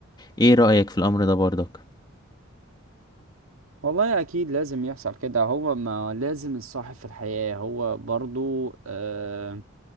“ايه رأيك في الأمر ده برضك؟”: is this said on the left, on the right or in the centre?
Left